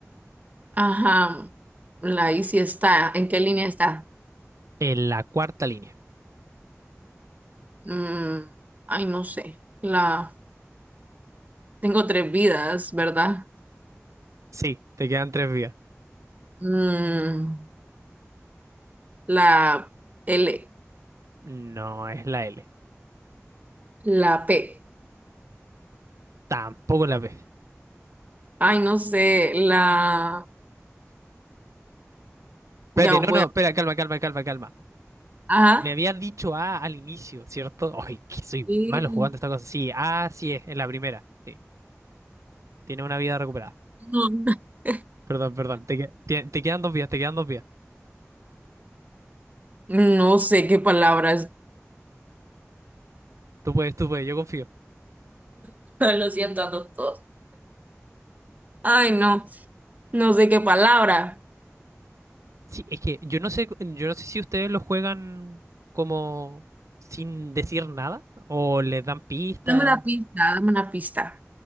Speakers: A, on the right; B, on the right.
A: ajá, la I sí está. ¿En qué línea está?
B: En la cuarta línea.
A: Mm, ay, no sé. La tengo tres vidas, ¿verdad?
B: Sí, te quedan tres vías.
A: Mm, la L,
B: No es la L.
A: la P.
B: Tampoco la B.
A: Ay, no sé. La
B: Espérate,
A: ya voy
B: no, no,
A: a.
B: espera, calma, calma, calma, calma.
A: Ajá.
B: Me habías dicho A al inicio, ¿cierto? Ay, que soy
A: Y-
B: malo jugando esta cosa. Sí, A sí es, en la primera. Sí, tiene una vida recuperada.
A: No, <laughs>
B: Perdón, perdón, te, que- te- te quedan dos vidas, te quedan dos vidas.
A: no sé qué palabras.
B: Tú puedes, tú puedes, yo confío.
A: <laughs> Lo siento a todos. Ay, no, no sé qué palabra.
B: Sí, es que yo no sé, yo no sé si ustedes lo juegan como sin decir nada o les dan pistas.
A: Dame una pista, dame una pista.